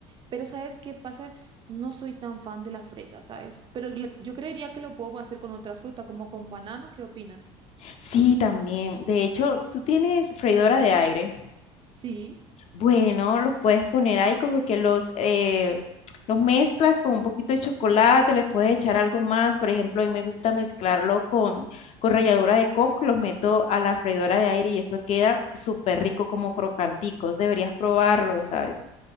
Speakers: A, on the right; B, on the left.
A: Pero ¿sabes qué pasa? No soy tan fan de la fresa, ¿sabes? Pero le- yo creería que lo puedo hacer con otra fruta, como con banano, ¿qué opinas?
B: Sí, también. De hecho, tú tienes freidora de aire.
A: Sí.
B: Bueno, los puedes poner ahí como que los, eh, los mezclas con un poquito de chocolate, les puedes echar algo más. Por ejemplo, a mí me gusta mezclarlo con, con ralladura de coco y los meto a la freidora de aire y eso queda súper rico como crocanticos. Deberías probarlo, ¿sabes?